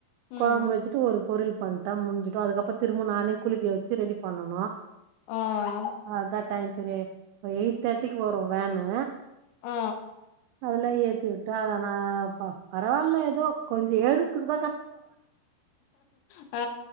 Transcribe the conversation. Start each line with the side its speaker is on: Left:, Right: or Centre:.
Right: கொழம்பு
Left: ம்
Right: வெச்சுட்டு ஒரு பொரியல் பண்டா முடிஞ்சிடு அதுக்கப்றோ திரும்ப நானே குளிக்க வெச்சு ரெடி பண்ணனு
Left: ஆ
Right: அதா டைம் செரியாயி எயிட் தேர்ட்டிக்கு வரும் வேனு
Left: ஆ
Right: அதுல ஏத்தி விட்டா அத ஆனா ப பரவால்ல ஏதோ கொஞ்சோ எழுதுற்துக்கு
Left: ஆ